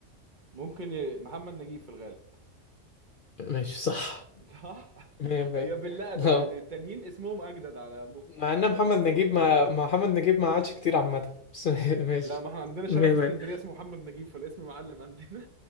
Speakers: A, on the right (about 40°); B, on the left (about 55°).
A: ممكن ي... محمد نجيب في الغالب
B: ماشي صح
A: صح <laughs>
B: مية مية
A: هي بالله ادم
B: <laughs> اه
A: يعني التانيين اسمهم اجدد على مك...
B: مع
A: على
B: ان محمد
A: السمع
B: نجيب
A: اه
B: ما ما محمد نجيب ما عادش كتير عامة بس <laughs> ماشي
A: لا ما احنا عندنا شارع
B: مية
A: في
B: مية
A: اسكندريه اسمه محمد نجيب فالاسم معلم عندنا